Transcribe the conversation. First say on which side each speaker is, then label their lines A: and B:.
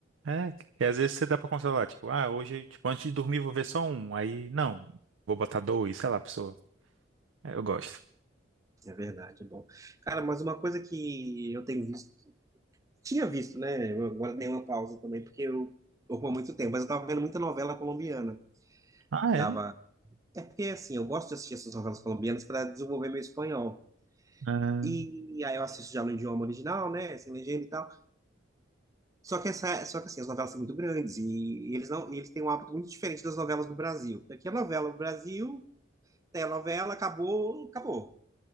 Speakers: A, on the right (about 80°); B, on the right (about 15°).
A: é, e às vezes você dá pra controlar tipo, ah, hoje, tipo, antes de dormir vou ver só um, aí, não, vou botar dois, sei lá, a pessoa, É, eu gosto.
B: É verdade, é bom. Cara, mas uma coisa que eu tenho visto, tinha visto, né? Eu agora dei uma pausa também, porque eu ocupo há muito tempo, mas eu tava vendo muita novela colombiana.
A: Ah,
B: Tava
A: é?
B: É porque, assim, eu gosto de assistir essas novelas colombianas para desenvolver meu espanhol.
A: Ah,
B: E aí eu assisto já no idioma original, né? Sem legenda e tal. Só que, essa, só que assim, as novelas são muito grandes e, e eles não, e eles têm um hábito muito diferente das novelas do Brasil. Aqui a novela do Brasil, tem a novela, acabou, acabou.